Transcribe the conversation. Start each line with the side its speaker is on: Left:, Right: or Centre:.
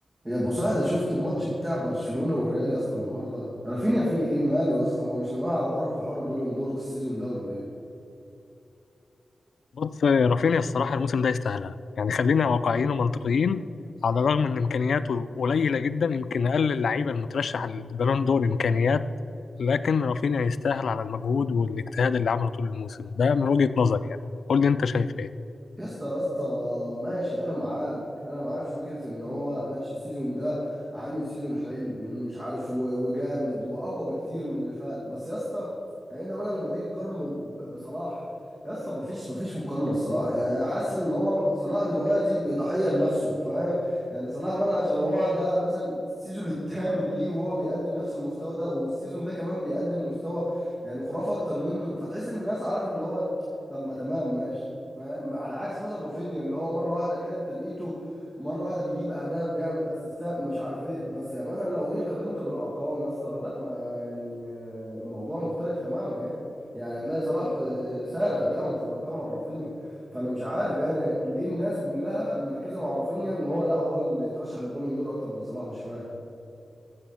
Right: يا ابو سعد شفت الماتش بتاع برشلونة والريال يا اسطى النهارده رافينيا فيه ايه ماله يا اسطى هو مش ناوي على بره في حوار البالون دور ده السيزون ده ولا ايه
Left: بص رافينيا الصراحة الموسم ده يستاهلها يعني خلينا واقعيين ومنطقيين على الرغم إن إمكانياته قليلة جدا يمكن أقل اللعيبة المترشح للبالون دور إمكانيات لكن رافينيا يستاهل على المجهود والاجتهاد اللي عمله طول الموسم ده من وجهة نظري يعني قول لي أنت شايف إيه
Right: يا اسطى يا اسطى ماشي انا معاك انا معاك في فكره ان هو ماشي السيزون ده عامل سيزون حلو ومش عارف و- وجامد واقوى بكتير من اللي فات بس يا اسطى يعني انت مثلا لما تيجي تقارنه ب- بصلاح يا اسطى مفيش مفيش مقارنه الصراحه يعني حاسس ان هو صلاح دلوقتي بيضحيه لنفسه فاهم يعني صلاح مثلا عشان هو ده مثلا السيزون الثامن ليه وهو بيقدم نفس المستوى ده والسيزون ده كمان بيقدم مستوى يعني خرافه اكتر منه فتحس ان الناس عارف اللي هو طب ما تمام ماشي فاهم على عكس مثلا رافينيا اللي هو مره واحده كده تلقيته مره واحده بيجيب اهداف بيعمل اسيستات مش عارف ايه بس يعني مثلا لو جيت قارنت بالارقام يا اسطى لا ما يعني آه، الموضوع مختلف تماما يعني يعني هتلاقي صلاح آه، سارح جامد في الارقام عن رافينيا فانا مش عارف يعني ليه الناس كلها مركزه مع رافينيا ان هو لا هو اللي يترشح للبالون دور اكتر من صلاح مش فاهم